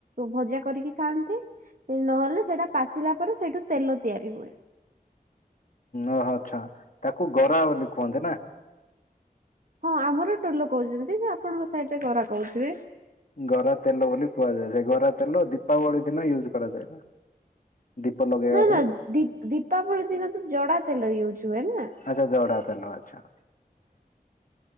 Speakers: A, on the right; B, on the left.
A: ଭଜା କରିକି ଖାଆନ୍ତି ନହେଲେ ସେଟା ପାଚିଲା ପରେ ସେଠୁ ତେଲ ତିଆରି ହୁଏ।
B: ଓହୋ ଆଛା ତାକୁ ଗରା ବୋଲି କୁହନ୍ତି ନା।
A: ହଁ ଆମର ଟୋଲ କହୁଛନ୍ତି ଯେ ଆପଣଙ୍କ ସାଇଟ୍ ରେ ଗରା କହୁଥିବେ।
B: ଗରା ତେଲ ବୋଲି କୁହାଯାଏ ଯେ ଗରା ତେଲ ଦୀପାବଳି ଦିନ ୟୁଜ କରାଯାଏ ନା। ଦୀପ ଲଗେଇବା
A: ନା
B: ପାଇଁ
A: ନା ଦି ଦୀପାବଳି ଦିନ ତ ଜଡା ତେଲ ୟୁଜ ହୁଏ ନା।
B: ଆଚ୍ଛା ଜଡ଼ା ତେଲ ଆଛା।